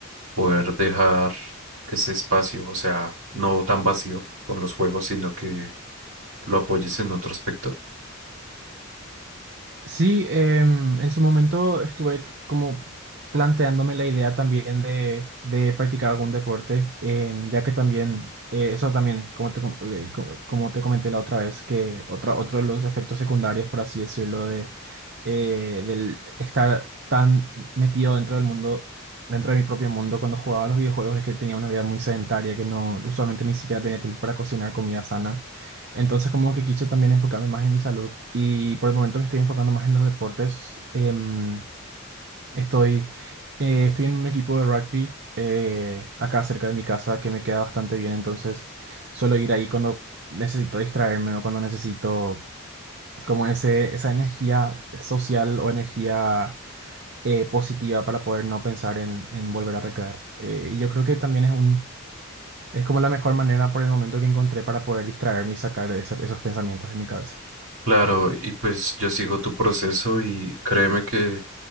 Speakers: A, on the right; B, on the right.
A: poder dejar ese espacio, o sea, no tan vacío con los juegos, sino que lo apoyes en otro aspecto?
B: Sí, em, en su momento estuve como planteándome la idea también de, de practicar algún deporte, em, ya que también, eh, eso también, como te, com- eh, co- como te comenté la otra vez, que otra, otro de los efectos secundarios, por así decirlo, de, eh, del estar tan metido dentro del mundo, dentro de mi propio mundo cuando jugaba a los videojuegos, es que tenía una vida muy sedentaria, que no, usualmente ni siquiera tenía tiempo para cocinar comida sana. Entonces como que quise también enfocarme más en mi salud y por el momento me estoy enfocando más en los deportes. Em, estoy, eh, estoy en un equipo de rugby eh, acá cerca de mi casa que me queda bastante bien, entonces suelo ir ahí cuando necesito distraerme o cuando necesito como ese, esa energía social o energía eh, positiva para poder no pensar en, en volver a recaer. Eh, y yo creo que también es un, es como la mejor manera por el momento que encontré para poder distraerme y sacar ese- esos pensamientos de mi cabeza.
A: Claro, y pues yo sigo tu proceso y créeme que